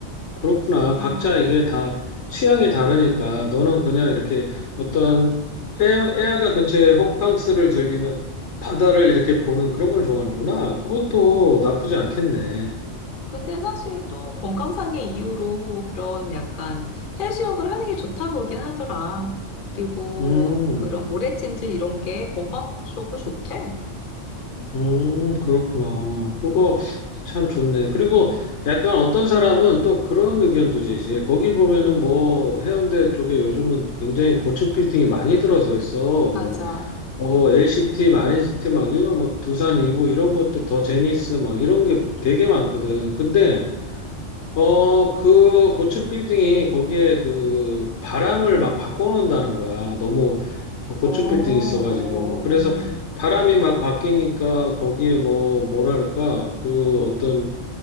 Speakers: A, on the left (about 65°); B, on the left (about 45°).
A: 그렇구나.
B: 물-
A: 각자
B: 음.
A: 이게 다 취향이 다르니까 너는 그냥 이렇게 어떤 해, 해안가 근처에 호캉스를 즐기면 바다를 이렇게 보는 그런 걸 좋아하는구나. 그것도 나쁘지 않겠네.
B: 근데 사실 또 건강상의 이유로 그런 약간 해수욕을 하는 게 좋다고 그러긴 하더라. 그리고
A: 음,
B: 그런 모래찜질 이런 게 건강적으로 좋대.
A: 음, 그렇구나. 그거 참 좋네. 그리고 약간 어떤 사람은 또 그런 의견도 제시해. 거기 보면은 뭐 해운대 쪽에 요즘은 굉장히 고층 빌딩이 많이 들어서 있어.
B: 맞아.
A: 뭐 어, LCT, 마린시티 막 이런 막 두산 이보 이런 것들 더 제니스 막 이런 게 되게 많거든. 근데 어, 그 고층 빌딩이 거기에 그 바람을 막 바꿔놓는다는 거야. 너무 그 고층
B: 어, 어,
A: 빌딩이 있어가지고. 그래서 바람이 막 바뀌니까 거기에 뭐 뭐랄까 그 어떤